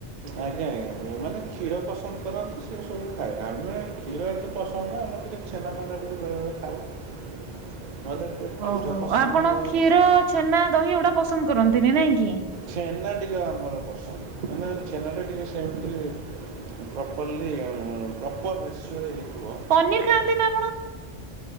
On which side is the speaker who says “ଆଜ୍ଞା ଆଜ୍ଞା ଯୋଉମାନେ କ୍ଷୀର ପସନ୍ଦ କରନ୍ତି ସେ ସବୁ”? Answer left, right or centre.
Right